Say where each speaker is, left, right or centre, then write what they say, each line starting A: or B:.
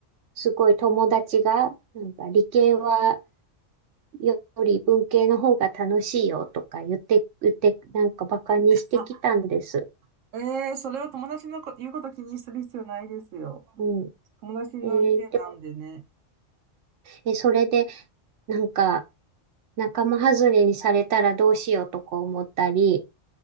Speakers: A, on the right; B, on the right.
A: すごい友達が、なんか理系はより文系の方が楽しいよとか言って、言って、なんかバカにしてきたんです。
B: あ、ええそれは友達のこ言うこと気にする必要ないですよ。
A: うん。
B: 友達の意見なんでね。
A: えーでも、え、それで、なんか仲間外れにされたらどうしようとか思ったり、